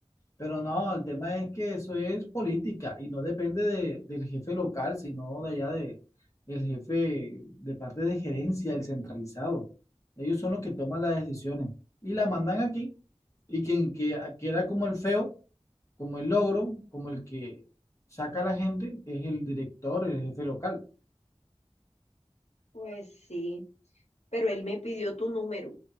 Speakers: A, on the left; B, on the left.
A: Pero no, el tema es que eso es política y no depende de- del jefe local, sino de allá de, del jefe de parte de gerencia, el centralizado. Ellos son los que toman las decisiones y la mandan aquí y quien que, queda como el feo como el logro, como el que saca a la gente, es el director, el jefe local.
B: Pues sí. pero él me pidió tu número.